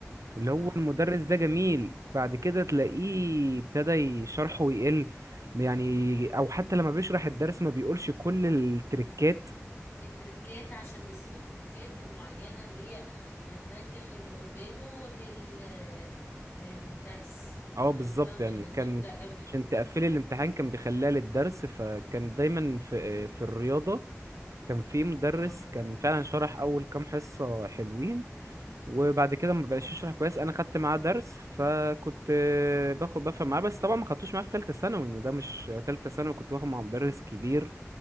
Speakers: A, on the right; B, on the left.
A: اللي
B: اه
A: هو المدرس ده جميل بعد كده تلاقيه ابتدى شرحه يقل يعني أو حتى لما بيشرح الدرس ما بيقولش كل التريكات
B: التركات عشان بيسيب التركات المعينة اللي هي هتنجح اللي قدامه لل... للدرس
A: اه بالظبط
B: انا فاهمة
A: يعني
B: النظام
A: كان
B: ده قوي
A: عشان تقفلي الامتحان كان بيخليها للدرس فكان دايما في آه، في الرياضة كان في مدرس
B: اه
A: كان فعلا شرح أول كام حصة حلوين وبعد كده ما بقاش يشرح كويس أنا خدت معاه درس فكنت آه، باخد بفهم معاه بس طبعا ما خدتوش معاه في تالتة ثانوي إن ده مش تالتة ثانوي كنت باخد مع مدرس كبير